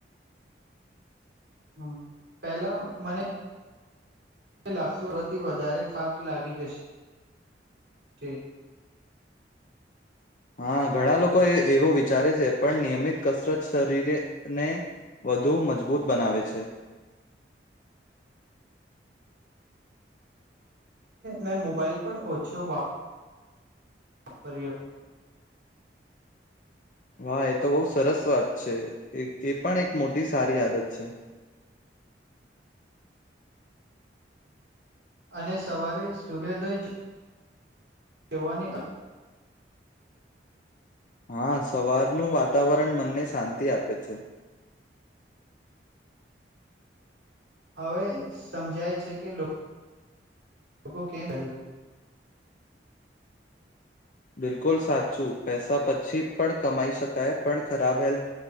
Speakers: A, on the right; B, on the left.
A: હમ પેલા મને ને લાગતુંથી વધારે થાક લાગી જશે
B: હા ઘણા લોકો એવો વિચારે છે પણ નિયમિત કસરત શરીરને વધુ મજબૂત બનાવે છે
A: મેં મોબાઈલ પર ઓછો વાપ આપપર્યો
B: વાહ એ તો બહુ સરસ વાત છે એ પણ એક મોટી સારી આદત છે
A: અને સવારે સૂર્યોદય જવાની
B: હા સવારનું વાતાવરણ મનને શાંતિ આપે છે
A: હવે સમજાય છે કે લોકો લોકોગ કેલ
B: બિલકુલ સાચું પૈસા પછી પણ કમાઈ શકાય પણ ખરાબ હેલ્થ